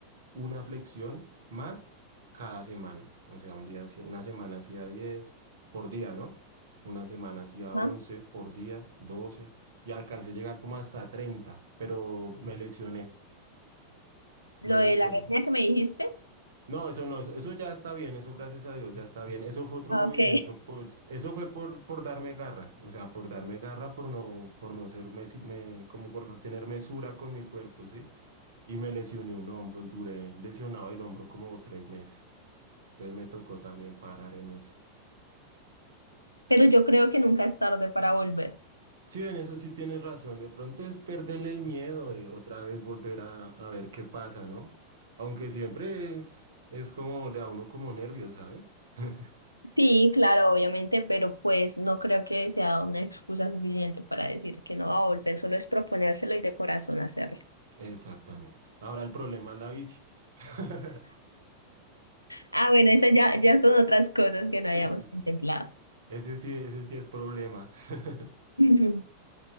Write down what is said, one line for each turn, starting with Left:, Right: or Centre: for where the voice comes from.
Right: una flexión más cada semana. O sea, un día, hacía- una semana hacía 10 por día, ¿no? Una semana hacía
Left: Ajá.
Right: 11 por día, 12 y alcancé a llegar como hasta 30, pero me lesioné,
Left: Lo
Right: me
Left: de
Right: lesioné.
Left: la etnia que me dijiste.
Right: No, eso no, eso, eso ya está bien, eso gracias a Dios ya está bien. Eso fue otro
Left: Ah,
Right: movimiento,
Left: Ok.
Right: pues eso fue por, por darme garra, o sea, por darme garra, por no, por no ser, mesi- me, como por no tener mesura con mi cuerpo, ¿sí? y me lesioné un hombro y duré lesionado el hombro como tres meses. Entonces me tocó también parar en eso.
Left: Pero yo creo que nunca es tarde para volver.
Right: Sí, en eso sí tienes razón. De pronto es perderle el miedo, eh, otra vez volver a, a ver qué pasa, ¿no? Aunque siempre es, es como, le da a uno como nervios, ¿sabes? <laughs>
Left: Sí, claro, obviamente, pero pues no creo que sea una excusa suficiente para decir que no va a volver, solo es proponérselo y de corazón hacerlo.
Right: Exactamente. Ahora el problema es la bici. <laughs>
Left: Ah, bueno, esas ya, ya son otras cosas que no
Right: Ese
Left: habíamos contemplado.
Right: sí, ese sí, ese sí es problema. <laughs>
Left: <laughs>